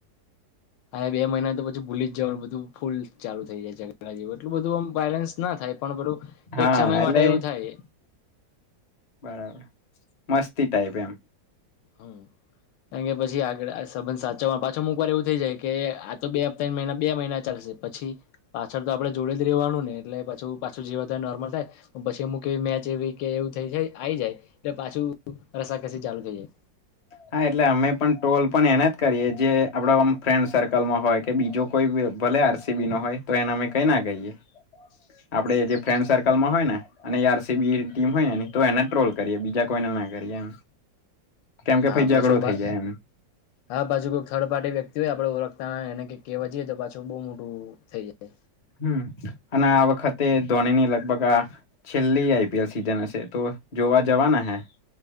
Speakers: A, on the left; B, on the left.
A: હા બે મહિના તો પછી ભૂલી જ જવાનું બધું. ફૂલ ચાલુ થઈ જાય જેવ એટલું બધું વાયોલેન્સ ના થાય પણ બધું,
B: હા
A: એક સમય
B: એટલે
A: માટે એવું થાય.
B: બરાબર, મસ્તી ટાઈપ એમ.
A: હમ, કારણ કે પછી આગળ સંબંધ સાચવવાનો પાછો અમુક વાર એવું થઈ જાય કે આ તો બે હપ્તા મહિના બે મહિના ચાલશે પછી, પાછળ તો આપડણે જોડે જ રવાનું ને એટલે પાછું પાછું જીવા તો નોર્મલ થાય. પછી એમુક એવી મેચ એવી કે એવું થઈ જાય આવી જાય, એટલે પાછું રસાકસી ચાલુ થઈ જાય.
B: હા એટલે અમે પણ ટ્રોલ પણ એને જ કરીએ જે આપડમ ફ્રેન્ડ સર્કલમાં હોય કે બીજો કોઈ ભલે આર સી બી નો હોય તો એને અમે કઈ ના કહીએ, આપણે જે ફ્રેન્ડ સર્કલમાં હોય ને અને એ આર સીબી ની ટીમ હોય ને તો એને ટ્રોલ કરીએ બીજા કોઈને ના કરીએ એમ. કેમ કે
A: હા
B: ભાઈ ઝઘડો
A: પાછું
B: થઈ જાય એમ
A: હા પાછું કોઈ થર્ડ પાર્ટી વ્યક્તિ હોય આપડે ઓળખતા એને કે કેવા જએ તો પાછું બઉુ મોટું થઈ જાય
B: હમ અને વખતે ધોનીની લગભગ આ, છેલ્લી આઈપીએલ સીઝન હશે તો જોવા જવાના હે,